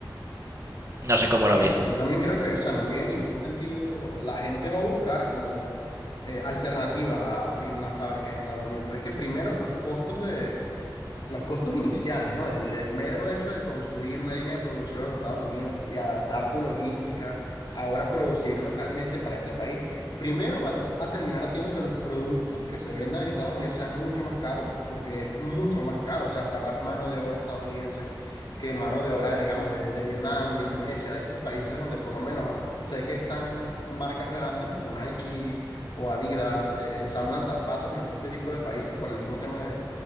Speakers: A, on the right (about 40°); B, on the left (about 65°).
A: No sé cómo
B: Sí,
A: lo ves.
B: yo, yo también creo que, o sea, no tiene ningún sentido. La gente va a buscar como eh, alternativas a abrir una fábrica en Estados Unidos, pero es que primero los costos de, los costos iniciales, ¿no? Del, del mero hecho de construir una línea de producción en Estados Unidos y adaptar tu logística, ahora producir localmente para ese país, primero va a terminar haciendo que los productos que se vendan en Estados Unidos sean mucho más caros, porque es mucho más caro, o sea, pagar mano de obra estadounidense que mano de obra, digamos, de, de Vietnam, de Indonesia, de estos países donde por lo menos sé que están marcas grandes como Nike o Adidas, eh, ensamblan zapatos en este tipo de países por el mismo tema de